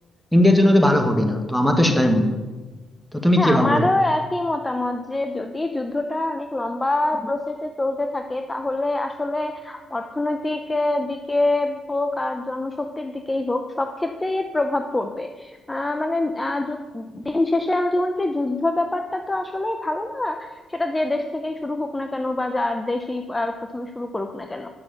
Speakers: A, in the centre; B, on the left.
A: ইন্ডিয়ার জন্য তো ভালো হবে না তো আমার তো সেটাই মনে হয় তো তুমি
B: হ্যাঁ
A: কি
B: আমারও
A: ভাবো বলো
B: একই মতামত যে যদি যুদ্ধটা অনেক লম্বা প্রসেসে চলতে থাকে তাহলে আসলে অর্থনৈতিক আহ, দিকে হোক আর জনশক্তির দিকেই হোক সব ক্ষেত্রেই এর প্রভাব পড়বে আহ, মানে আহ, যু- দিন শেষে আলটিমেটলি যুদ্ধ ব্যাপারটা তো আসলেই ভালো না সেটা যে দেশ থেকেই শুরু হোক না কেন বা যার দেশই আহ, প্রথমে শুরু করুক না কেন